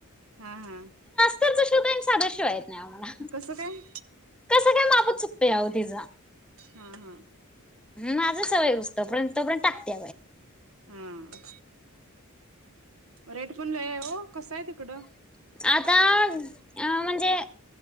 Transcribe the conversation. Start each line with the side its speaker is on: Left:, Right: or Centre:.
Right: हा हा.
Centre: अस्तर चा शिवतोय आणि साधा शिवता येत नहीं
Right: कसं काय?
Centre: कसं काय मापत चुकतया तिचा
Right: हा हा.
Centre: माझं सवय होहुस पर्यंत तोपर्यंत टाकते
Right: हा रेट पण लय हाय हो! कसं आहे तिकडं?
Centre: आता अ म्हणजे